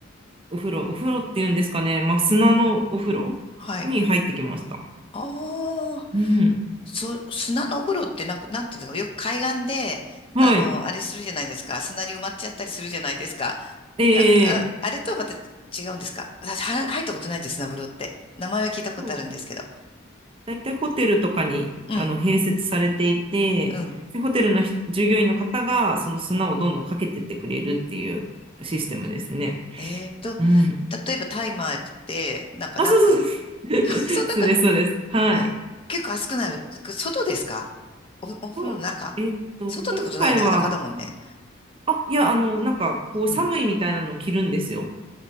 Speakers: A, on the right; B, on the left.
A: お風呂、お風呂っていうんですかね、まあ、砂のお風呂に入ってきました。
B: はい。あ
A: うん。
B: そう、砂のお風呂ってなんか、なんていうのか、よく海岸で、
A: はい。
B: あの、あれするじゃないですか。砂に埋まっちゃったりするじゃないですか。
A: え
B: な、あ、あれとはまた違うんですか。私、は入ったことないんです、砂風呂って。名前は聞いたことあるんですけど。
A: ー大体ホテルとかにあの併設されていて、
B: うん、うん。
A: でホテルのひ従業員の方がその砂をどんどんかけてってくれるっていうシステムですね。
B: えーと、
A: うん。
B: 例えばタイマーで、なんか何分。
A: あ、そうそうそう。
B: <laughs> そんなか、
A: <laughs> そうです、そうです。はい。
B: あ、結構熱くなる。外ですかお、お風呂の中
A: と、えっと、
B: 外ってことないよね。
A: 今回は、
B: 裸だもんね。
A: あ、いや、あの、なんか、こう、
B: うん。
A: 寒いみたいなのを着るんですよ。